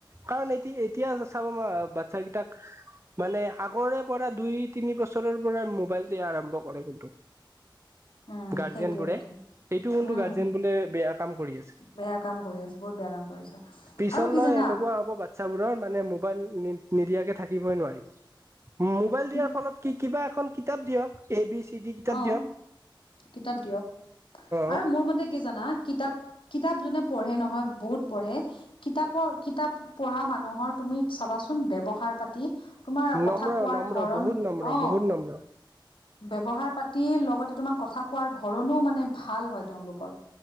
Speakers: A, on the right; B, on the left.
A: কাৰণ এটি এতিয়া চাব ম- বাচ্ছাকেইটাক মানে আগৰে পৰা দুই-তিনি বছৰৰ পৰাই মোবাইল দিয়া আৰম্ভ কৰে কিন্তু।
B: উম,
A: গাৰ্জিয়ান
B: সেইটোৱে
A: বোৰে
B: কথা।
A: এইটো কিন্তু
B: উম
A: গাৰ্জেন বোলে বেয়া কাম কৰি আছে।
B: বেয়া কাম কৰি আছে বহুত বেয়া কাম কৰি আছে
A: পিছলৈ
B: আৰু কি জানা
A: এনেকুৱা হ'ব, বাচ্ছাবোৰৰ মানে মোবাইল নিদিয়াকে থাকিবই নোৱাৰি। মোবাইল
B: কি
A: দিয়াৰ ফলত কি- কিবা এখন কিতাপ দিয়ক। এ বি চি ডি কিতাপ
B: অ'
A: দিয়ক
B: কিতাপ দিয়ক। আৰু
A: অ
B: মোৰ মতে কি জানা কিতাপ কিতাপ যোনে পঢ়ে নহয়, বহুত পঢ়ে, কিতাপৰ- কিতাপ পঢ়া মানুহৰ তুমি চ ৱাচোন, ব্যৱহাৰ-পাতি তোমাৰ কথা
A: নম্ৰ
B: কোৱাৰ
A: নম্ৰ
B: ধৰণ-
A: বহুত নম্ৰ
B: অ',
A: বহুত নম্ৰ
B: ব্যবহাৰ লগতে তোমাক কথা কোৱাৰ ধৰণো মানে ভাল হয় তেওঁলোকৰ।